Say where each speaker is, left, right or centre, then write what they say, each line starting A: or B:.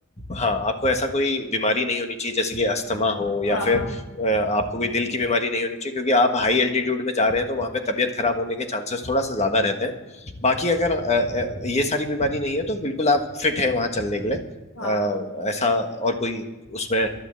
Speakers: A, on the left; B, on the left.
A: हाँ आपको ऐसा कोई बीमारी नहीं होनी चाहिए जैसे कि अस्थमा
B: हम्म,
A: हो या
B: हाँ
A: फिर अ, आपको कोई दिल की बीमारी नहीं होनी चाहिए क्योंकि आप हाई एल्टीट्यूड में जा रहे हैं तो वहाँ पे तबीयत खराब होने के चांसेस थोड़ा सा ज्यादा रहते हैं बाकी अगर अ, अ, ये सारी बीमारी नहीं है तो बिल्कुल आप फिट हैं वहाँ चलने के लिए अ,
B: हाँ
A: ऐसा और कोई उसमें